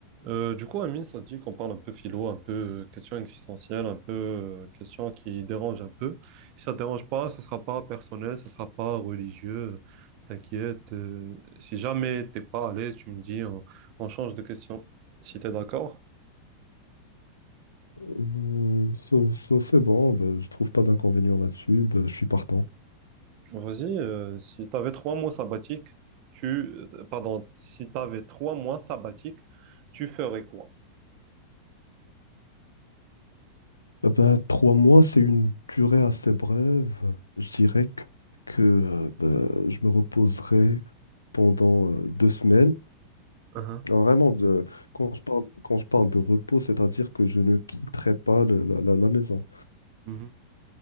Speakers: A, on the right; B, on the left.
A: Euh, du coup, Amine, ça te dit qu'on parle un peu philo, un peu euh, question existentielle, un peu euh, question qui dérange un peu. Si ça te dérange pas, ça sera pas personnel, ça sera pas religieux. T'inquiète. euh, si jamais t'es pas à l'aise, tu me dis, on, on change de question. Si t'es d'accord,
B: Ouh, ça- ça, c'est bon, ben, je trouve pas d'inconvénient là-dessus, ben, je suis partant.
A: vas-y. euh, si t'avais trois mois sabbatiques, tu, euh, pardon, si t'avais trois mois sabbatiques, tu ferais quoi?
B: Euh, ben, trois mois, c'est une durée assez brève. Je dirais que, que, euh, ben, je me reposerai pendant euh, deux semaines.
A: Uhum,
B: Alors, vraiment, de, quand je parle, quand je parle de repos, c'est-à-dire que je ne quitterai pas le- la, la la maison.
A: Mhm,